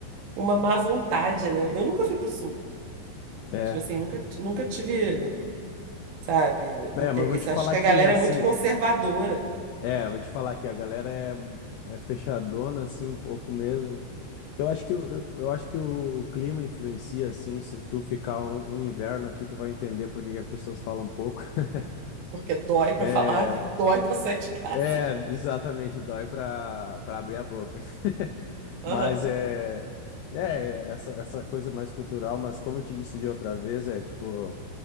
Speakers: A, on the right; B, on the left.
A: uma má vontade, né? Eu nunca fui pro sul.
B: É.
A: Tipo assim, nunca, nunca tive, sabe,
B: É,
A: interesse.
B: mas eu vou te falar
A: Acho que a
B: que
A: galera
B: assim,
A: é muito conservadora,
B: é, vou te falar que a galera é, é fechadona assim um pouco mesmo. Eu acho que eu, eu acho que o, o clima influencia assim, se tu ficar um, um inverno aqui, tu vai entender por que que as pessoas falam pouco. <laughs>
A: porque dói pra
B: É,
A: falar, <laughs> dói pra sair de casa.
B: é, exatamente, dói pra para abrir a boca. Mas
A: Aham.
B: é, é essa, essa coisa mais cultural, mas como eu te disse de outra vez, é tipo,